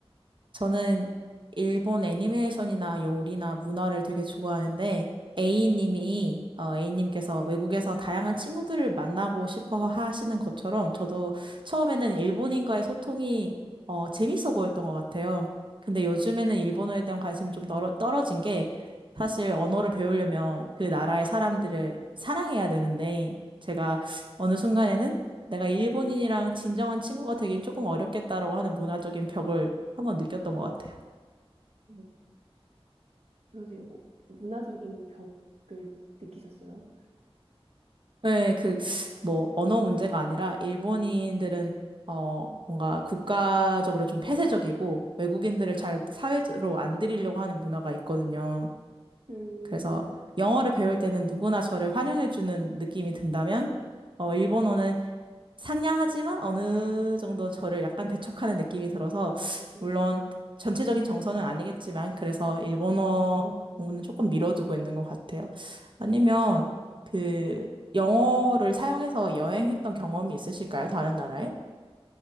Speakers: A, on the right; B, on the right.
A: 저는 일본 애니메이션이나 요리나 문화를 되게 좋아하는데, A님이, 어, A님께서 외국에서 다양한 친구들을 만나고 싶어 하시는 것처럼, 저도 처음에는 일본인과의 소통이, 어, 재밌어 보였던 것 같아요. 근데 요즘에는 일본어에 대한 관심이 좀 떨어, 떨어진 게, 사실 언어를 배우려면 그 나라의 사람들을 사랑해야 되는데, 제가 어느 순간에는 내가 일본인이랑 진정한 친구가 되긴 조금 어렵겠다라고 하는 문화적인 벽을 한번 느꼈던 것 같아요.
B: 네. 그러세요. 뭐 문화적인 벽을 느끼셨어요?
A: 네, 그, 뭐, 언어 문제가 아니라, 일본인들은, 어, 뭔가 국가적으로 좀 폐쇄적이고, 외국인들을 잘 사회로 안 들이려고 하는 문화가 있거든요.
B: 음,
A: 그래서, 영어를 배울 때는 누구나 저를 환영해주는 느낌이 든다면, 어, 일본어는 상냥하지만 어느 정도 저를 약간 배척하는 느낌이 들어서,
B: 음,
A: 물론 전체적인 정서는 아니겠지만, 그래서 일본어 공부는 조금 미뤄두고 있는 것 같아요. 아니면, 그, 영어를 사용해서 여행했던 경험이 있으실까요? 다른 나라에?